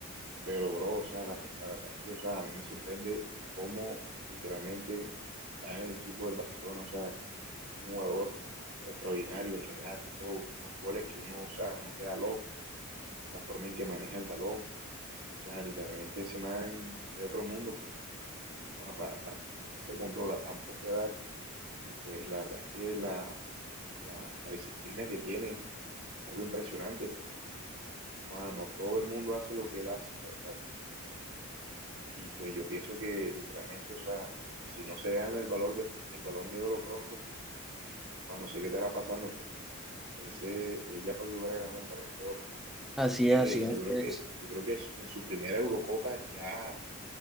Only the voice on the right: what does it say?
Pero, bro, o sea, la, la verdad es que, o sea, a mí me sorprende cómo literalmente va en el equipo del Barcelona, o sea, un jugador extraordinario, el regate, todo, unos goles que uno, o sea, uno queda loco, la forma en que maneja el balón, o sea, literalmente ese man es de otro mundo porque, bueno, para, para tener ese control a tan poca edad, y pues la verdad es que la, la, la disciplina que tiene es algo impresionante porque, bueno, no todo el mundo hace lo que él hace, la verdad. Y pues yo pienso que literalmente, o sea, si no se gana el valor de, el Balón de Oro pronto, pues, bueno, no sé qué estará pasando, pero ese, él ya para que hubiera ganado el Balón de Oro.
Mira
que
yo creo
que, yo creo que es- en su primera Eurocopa ya,